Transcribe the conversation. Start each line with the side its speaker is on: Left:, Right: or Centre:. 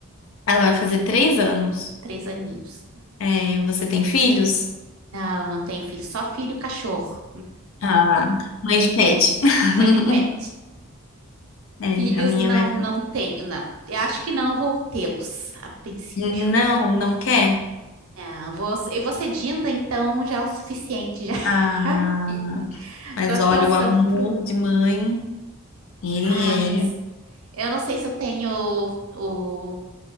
Left: ela vai fazer três anos.
Right: Três aninhos.
Left: Eh, você tem filhos?
Right: Não, não tenho filho. Só filho e cachorro.
Left: Ah, mãe de pet. <laughs>
Right: Mãe de pet.
Left: É,
Right: Filhos
Left: a minha
Right: não,
Left: vai...
Right: não tenho, não. Eu acho que não vou tê-los a princípio.
Left: falar, Não, não quer.
Right: Não, vou, eu vou ser Dinda, então já é o suficiente. Já <laughs>
Left: Ah, mas
Right: dou atenção
Left: olha, o amor
Right: pro.
Left: de mãe, ele
Right: Ah,
Left: é,
Right: mas eu não sei se eu tenho o, o,